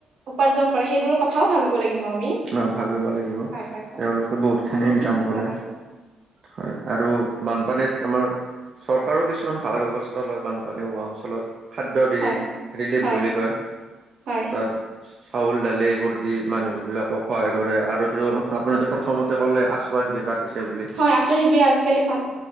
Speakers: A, on the right; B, on the right.
A: উপাৰ্জন কৰে সেইবোৰৰ কথাও ভাবিব লাগিব। লাগিব আমি।
B: অ, ভাবিব লাগিব।
A: হয় হয় হয়
B: তেওঁলোকে বহুতখিনি
A: আপুনি
B: ইনকাম
A: ঠিক কথা
B: কৰে।
A: <inaudible>
B: হয় আৰু বানপানীত আমাৰ চৰকাৰো কিছু কিছুমান ভাল ব্যৱস্থা লয় বানপানীওোৱা অঞ্চলত। খাদ্য দিয়ে
A: হয়
B: ৰিলিফ
A: হয়
B: বুলি কয়,
A: হয়
B: <unintelligible> চাউল দালি এইবোৰ দি মানুহ বিলাকক সহায় কৰে আৰুটো আপুনিটো প্ৰথমতে ক'লে আশ্ৰয় শিবিৰ পাতিছে। বুলি
A: হয়, আচৰি সব আজিকালি প